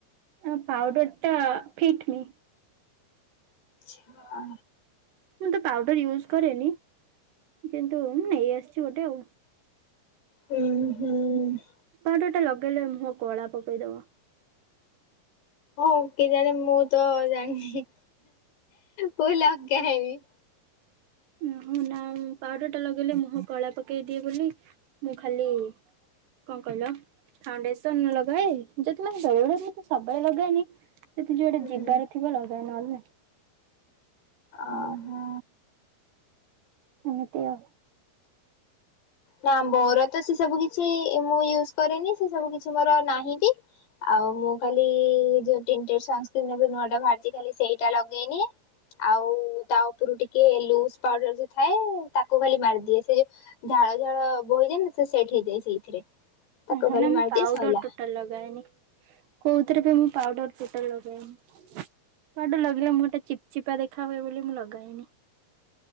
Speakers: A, on the right; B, on the left.
A: ଆ ପାଉଡର ଟା ଫିଟ ମି।
B: ଛା।
A: ମୁଁ ତ ପାଉଡର ୟୁଜ୍ କରେନି କିନ୍ତୁ ମୁଁ ନେଇ ଆସିଛି ଗୋଟେ ଆଉ।
B: ହୁଁ ହୁଁ।
A: ପାଉଡର ଟା ଲଗେଇଲେ ମୁହଁ କଳା ପକେଇଦବ।
B: ହଁ ଓକ ଜେ ମୁଁ ତ ଜାଣିନି। ବୁ ଲଗେ କେ ହେଁବି।
A: ଉ ହଁ ନା ପାଉଡର ଟା ଲଗେଇଲେ ମୁହଁ କଳା ପକେଇଦିଏ ବୋଲି, ମୁଁ ଖାଲି କଣ କହିଲ ଫାଉଣ୍ଡେସନ ଲଗାଏ, ଯଦି ମତେ ବେଳେବେଳେ ମୁ ତ ସବୁବେଳେ ଲଗାଏନି ଯଦି ଯୁଆଡେ
B: ହୁଁ
A: ଯିବାର
B: ହୁଁ
A: ଥିବ ଲ <unintelligible>
B: ଓ ହୋ।
A: ଏମିତି ଆଉ।
B: ନା ମୋର ତ ସେ ସବୁ କିଛି ମୁଁ କରେନି ସେ ସବୁ କିଛି ମୋର ନାହିଁ ବି ଆଉ ମୁଁ ଖାଲି ଯୋଉ ନୂଆ ଟା ବାହାରିଛି ଖାଲି ସେଇଟା ଲଗେଇନି ଆଉ ତା ଉପରୁ ଟିକେ ଲୁ ପାଉଡର ଯ ଥାଏ ତାକୁ ଖାଲି ମାରିଦିଏ। ସେ ଯେ ଝାଳ ଝାଳ ବୋହି ଯାଏନି ସେ ସେଟ ହେଇଯାଇ ସେଇଥିରେ। ତାକୁ
A: ହେଲେ
B: ଖାଲି
A: ମୁଁ
B: ମାରିଦିଏ
A: ପାଉଡର
B: ସଇଲା।
A: ଟୋଟାଲ ଲଗାଏନି। କଉଥିରେ ବି ମୁଁ ପାଉଡର ଟୋଟାଲ ଲଗାଏନି ପାଉଡର ଲଗେଇଲେ ମୁହଁ ଟା ଚିପ ଚିପା ଦେଖା ହୁଏ ବୋଲି ମୁଁ ଲଗାଏନି।